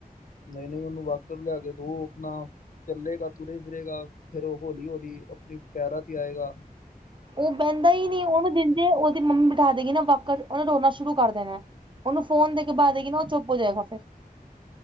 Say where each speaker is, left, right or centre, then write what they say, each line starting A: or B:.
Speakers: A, on the left; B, on the right.
A: ਨਹੀਂ ਨਹੀਂ ਉਹਨੂੰ ਵਾਕਰ ਲਿਆ ਕੇ ਦੋ ਆਪਣਾ ਚੱਲੇਗਾ ਤੁਰੇ ਫਿਰੇਗਾ ਫੇਰ ਉਹ ਹੋੌਲੀ ਹੋਲੀ ਆਪਣੀ ਪੈਰਾਂ ਤੇ ਆਏਗਾ
B: ਉਹ ਬਹਿੰਦਾ ਹੀ ਨਹੀਂ ਉਹਨੂੰ ਜੇ ਉਹਦੀ ਮੰਮੀ ਬਿਠਾ ਦੇਗੀ ਨਾ ਵਾਕਰ ਚ ਉਹਨੇ ਰੋਣਾ ਸ਼ੁਰੂ ਕਰ ਦੇਣਾ ਉਹਨੂੰ ਫੋਨ ਕੇ ਬਾਅ ਦੇਗੀ ਨਾ ਉਹ ਚੁੱਪ ਹੋ ਜਾਏਗਾ ਫਿਰ